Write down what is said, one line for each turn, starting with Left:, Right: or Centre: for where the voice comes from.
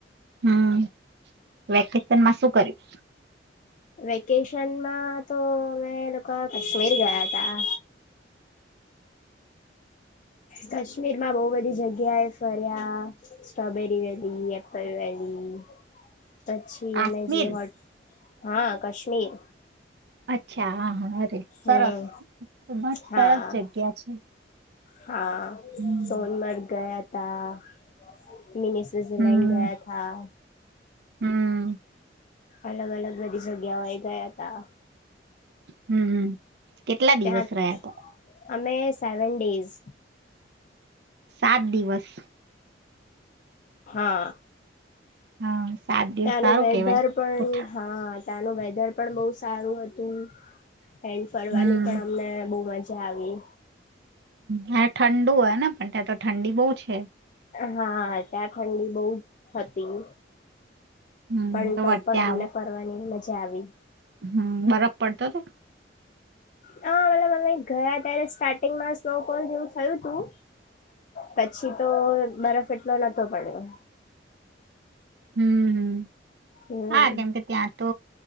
Right: હમ વેકેશનમાં શું કર્યું?
Left: વેકેશનમાં તો અમે લોકા કાશ્મીર ગયા તા કાશ્મીર માં બહુ બધી જગ્યાએ ફર્યા સ્ટ્રોબેરી વેલી એપલ વેલી પછી
Right: કાશ્મીર
Left: અમે જે હોટ હા કાશ્મીર
Right: અચ્છા હ હા અરે સરસ
Left: હમ
Right: એ પણ સરસ
Left: હા
Right: જગ્યા છે
Left: હા
Right: હમ
Left: સોનમર્ગ ગયા તા તા મીની સ્વિટઝરલન્ડ
Right: હમ
Left: ગયા તા
Right: હમ
Left: અલગ અલગ બધી જગ્યાઓ એ ગયા તા.
Right: હમ કેટલા
Left: ત્યાં
Right: દિવસ રહ્યા હતા?
Left: અમે સેવન ડેસ
Right: સાત દિવસ
Left: હા
Right: હા સાત દિવસ
Left: ત્યાંનું
Right: સારું
Left: વેધાર
Right: કેવાય
Left: પણ
Right: ઉઠા
Left: હા ત્યાનું વેધર પણ બહુ સારું હતું એન્ડ ફરવાની
Right: હમ
Left: પણ અમને બહ મજા જા આવી
Right: હા ઠંડુ હોય ને? પણ ત્યાં તો ઠંડી બહુ છે.
Left: હા ત્યાં ઠંડી બહુ હતી
Right: હમ
Left: પણ તો પણ
Right: ત્યાં
Left: અમને ફરવાની મ જ આવી.
Right: હમ, બરફ પડતો તો
Left: હા, મતલબ અમે ગયા ત્યારે સ્ટાર્ટિંગમાં સ્નોફોલ જેવું થયું તું, પછી તો બરફ એટલો નતો પડ્યો.
Right: હમ, હમ,
Left: હમ
Right: હા, કેમ કે ત્યાં તો